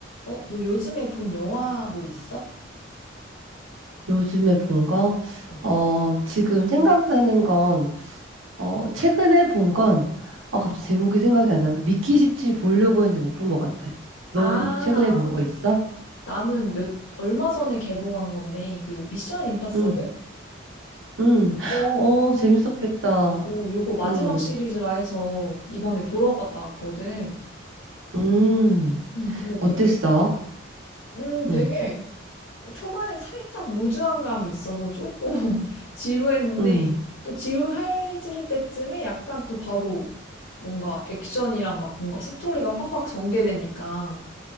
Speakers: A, on the left; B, on the right.
A: 어, 너 요즘에 본 영화 뭐 있어?
B: 요즘에 본 거?
A: 어.
B: 어, 지금 생각나는 건, 어, 최근에 본 건, 어, 갑자기 제목이 생각이 안 나는데, 미키 십칠 보려고 했는데 못 본 것 같아. 넌
A: 아,
B: 최근에
A: 아.
B: 본 거 있어?
A: 나는 몇, 얼마 전에 개봉한 건데, 그 미션 임파서블?
B: 응, 응.
A: 어,
B: 어, 재밌었겠다.
A: 오, 요거 마지막
B: 응,
A: 시리즈라 해서 이번에 보러 갔다 왔거든.
B: 음.
A: 음, 근데
B: 어땠어?
A: 되게, 음, 되게
B: 응,
A: 초반에 살짝 루즈한 감이 있어서 조금 <laughs> 지루했는데,
B: 응,
A: 또 지루해질 때쯤에 약간 또 바로 뭔가 액션이랑 막 뭔가 스토리가 확확 전개되니까,